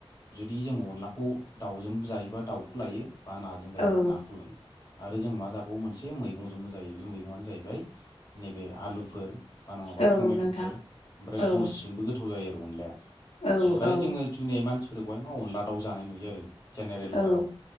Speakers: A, on the left; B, on the left.
A: जुदि जों अनलाखौ दाउजों जायोबा दाउखौ लायो। बा नाजों जायोबा
B: औ
A: नाखौ लायो आरो जों मा जाबावो मोनसे मैगंजोंबोो जायो बे मैगंआनो जाहैबाय नैबे आलुफोर बा नङाबा
B: औ
A: टमेट'फोर
B: नोंथां
A: ओमफ्राय
B: औ
A: गरसिजोंबो गोथाव जायो आरो अनलाया ओमफ्राय
B: औ औ
A: जोङो जुनि मानसिफोरखौहाय मावा अनला दाउ जानाय नुयो आरो जेनेरेल
B: औ
A: थाराव